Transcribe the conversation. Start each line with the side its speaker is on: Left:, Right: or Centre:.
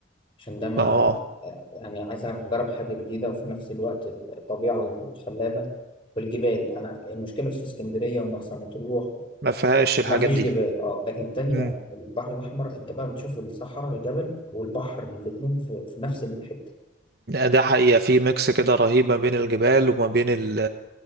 Left: عشان ده ما
Right: اه
Left: يعني عايز أجرب حاجة جديدة وفي نفس الوقت الطبيعة الخلابة والجبال أنا المشكلة في اسكندرية ومرسى مطروح
Right: ما فيهاش الحاجات
Left: ما فيش
Right: دي
Left: جبال أه لكن التانية
Right: مم.
Left: البحر الأحمر أنت بقى بتشوف الصحراء الجبل والبحر الاتنين في, في نفس الحتة
Right: ده حقيقة في ميكس كده رهيب ما بين الجبال وما بين ال